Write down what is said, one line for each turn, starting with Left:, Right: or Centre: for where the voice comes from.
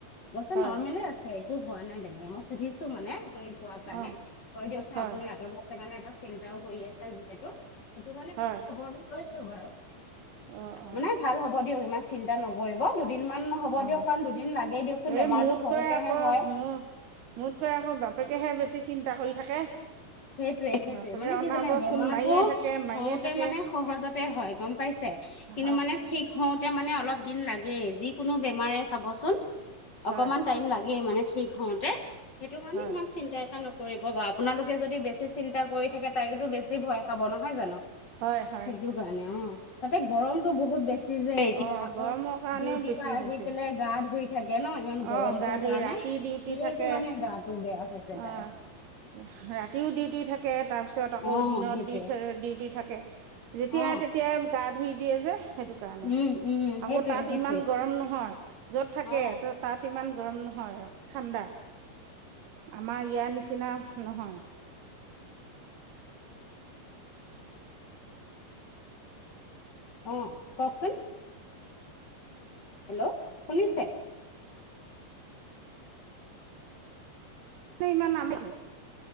Left: বছে
Right: হয়
Left: নৰমেলি আছে। একো হোৱা নাই তেনেকে মই সুধিছো মানে আপুনি কোৱাৰ কাৰণে
Right: অ
Left: কই দিয়কচোন
Right: হয়
Left: আপুনি আঁতৰত আছে কাৰণে এটা চিন্তাও কৰি আছে যিহেতু সেইটো কাৰণে ম
Right: হয়
Left: খবৰ লৈছো বাৰু
Right: অ অ
Left: মানে ভাল হ'ব দিয়ক ইমান চিন্তা নকৰিব। দুদিনমান হ'ব
Right: অ
Left: দিয়ক কাৰণ দুদিন লাগেই দিয়কচোন
Right: এই
Left: বেমাৰতটো
Right: মোতকৈ
Left: হওঁতেহে
Right: আকৌ
Left: হয়।
Right: মোৰ মোতকৈ আকৌ বাপেকেহে বেছি চিন্তা কৰি থাকে।
Left: সেইটোয়ে সেইটোয়ে
Right: বাপেকে
Left: মানে
Right: অনাবৰ
Left: কি জানে বেমাৰতটো
Right: ফোন মাৰিয়ে থাকে মাৰিয়ে
Left: সওঁতে
Right: থাকে
Left: মানে সহজতে হয় গম পাইছে।
Right: অ
Left: কিন্তু মানে ঠিক হওঁতে মানে। দিন লাগেই, যিকোনো বেমাৰে চাব চুন। অকণমান
Right: হয়
Left: টাইম। ঠিক হওঁতে সেইটো কাৰণে
Right: হয়
Left: ইমান চিন্তা এটা নকৰিব বাৰু আপোনালোকে যদি বেছি চিন্তা কৰি। থাকে তাইতো বেছি ভয় খাব নহয় জানো,
Right: হয় হয়
Left: সেইটো কাৰণে অ তাতে গৰমতটো বহুত বেছি যে এতিয়া
Right: অ
Left: আকৌ
Right: গৰমৰ কাৰণেও
Left: ডিউটিৰ
Right: বেছি
Left: পৰা আহি
Right: হৈছে
Left: পেলাই গা ধুই থাকে ন ইমান গৰমটো
Right: অ গা ধুই
Left: কাৰণে
Right: ৰাতি ডিউটি
Left: সেইটো
Right: থাকে
Left: কাৰণে গাটো বেয়া হৈছে তাই
Right: অ ৰাতিও ডিউটি থাকে। তাৰপিছত আকৌ
Left: অ
Right: দিনত
Left: সেইটোৱে
Right: দি ডিউটি থাকে যেতিয়াই
Left: অ
Right: তেতিয়াই গা ধুই দিয়ে যে। সেইটো কাৰণে
Left: উম উম সেইটোৱে
Right: আকৌ তাত
Left: সেইটোৱে
Right: ইমান গৰম নহয় য'ত থাকে
Left: অ
Right: ত'ত। ইমান গৰম নহয় ঠাণ্ডা আমাৰ ইয়াৰ নিচিনা নহয়।
Left: অঁ কওঁকচোন। হেল্ল' শুনিছে।
Right: ইমান নামাৰো